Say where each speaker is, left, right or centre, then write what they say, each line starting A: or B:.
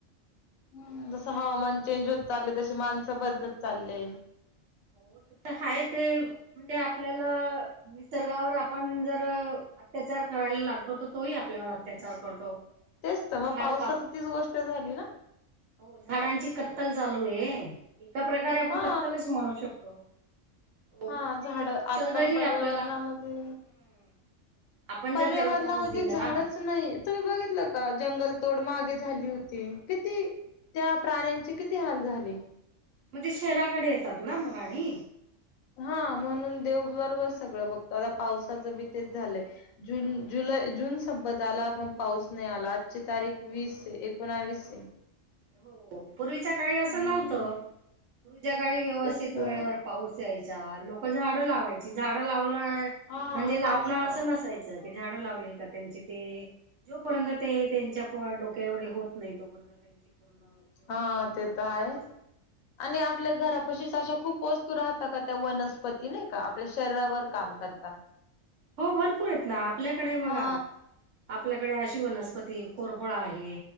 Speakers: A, on the left; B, on the right.
A: हम् जस हवामान चेंज होत चालले तशी माणसं बदलत चालले
B: हो त तर हाय ते म्हणजे आपल्याला निसर्गावर आपण जर अत्याचार करायला लागलो तर तोही आपल्यावर अत्याचार विचार करतो
A: तेच तर
B: झाड
A: मग पावसाच
B: काप
A: तीच गोष्ट झाली ना
B: हो झाडांची कत्तल चालू आहे एका प्रकारे आपण
A: हा
B: कत्तलच म्हणू शकतो हो
A: हा
B: मग ते
A: झाड
B: निसर्गही
A: आजकाल पर्यावरणामध्ये
B: आपल्याला हम्म आपण
A: पर्यावरणामध्ये
B: जर त्याला त्रास दिला
A: झाडच नाही तुम्ही बघितलं का जंगल तोड मागे झाली होती किती त्या प्राण्यांची किती हाल झाले.
B: मग ते शहराकडे येतात ना मग राणी
A: हा म्हणून देव बरोबर सगळं बघतो आता पावसाचं बी तेच झालंय जून जु जून संपत आला पण पाऊस नाही आला आजची तारीख वीस आहे एकोणावीस आहे. <inaudible>
B: हो. पूर्वीच्या काळी असं
A: हम्म
B: नव्हतं पूर्वीच्या काळी व्यवस्थित
A: तेच तर
B: वेळेवर पाऊस यायचा लोक झाडं लावायची झाडं लावलं
A: हा
B: म्हणजे लावणं
A: तेच तर
B: असं नसायचं. झाड लावली का त्यांचे ते जोपर्यंत ते त्यांच्या डोक्या एवढे होत नाही तोपर्यंत त्यांची पूर्ण व्यवस्थित
A: हा
B: निगा
A: ते तर आहे
B: ठेवायची.
A: आणि आपल्या घरापशी अशा खूप वस्तू राहता का त्या वनस्पती नाही का आपल्या शरीरावर काम करता.
B: हो भरपूर येत ना आपल्याकडे बघा
A: हा
B: आपल्या. अशी वनस्पती कोरफड आहे